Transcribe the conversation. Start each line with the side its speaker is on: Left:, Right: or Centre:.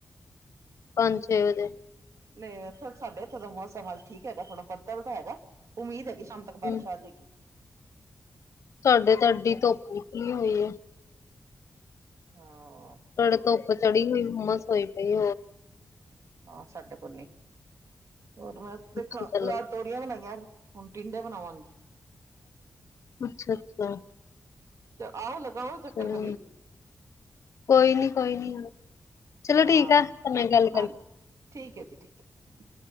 Left: ਪੰਜ ਛੇ ਵਜੇ
Right: ਨਹੀਂ ਇਥੇ ਸਾਡੇ ਇਥੇ ਦਾ ਮੌਸਮ ਠੀਕ ਹ ਨਾ ਥੋੜਾ ਬੱਦਲ ਦਾ ਹੈਗਾ ਉਮੀਦ ਹੈਗੀ ਅਤਕ ਬਾਰਸ਼
Left: ਹੂੰ,
Right: ਆ ਜਾਏਗੀ
Left: ਸਾਡੇ ਤੁਹਾਡੀ ਧੁੱਪ ਨਿਕਲੀ ਹੋਈ ਹੈ
Right: ਹਾਂ
Left: ਹੁਣ ਧੁੱਪ ਚੜੀ ਹੋਈ ਹੁਮਸ ਹੋਈ ਪਈ
Right: ਹਾਂ ਸਾਡੇ ਕੋਲ ਨਹੀਂ ਉਦੋਂ
Left: ਅੱਛਾ-ਅੱਛਾ, ਚਲੋ
Right: ਮੈਂ ਤੋਰੀਆਂ ਬਣਾਈਆਂ ਉਟੀਦੇ ਬਣਾਵਾਂਗੇ
Left: ਅੱਛਾ ਅੱਛਾ
Right: ਤੇ ਆਓ ਲਗਾਓ ਚੱਕਰ
Left: ਚਲੋ
Right: ਕਦੀ
Left: ਕੋਈ ਨੀ ਕੋਈ ਨੀ ਚਲੋ
Right: ਹਾਂ
Left: ਠੀਕ ਆ, ਤੁਹਾਡੇ ਨਾਲ ਗੱਲ ਕਰਕੇ
Right: ਹਾਂਜੀ ਠੀਕ ਹੈ ਜੀ ਠੀਕ ਹੈ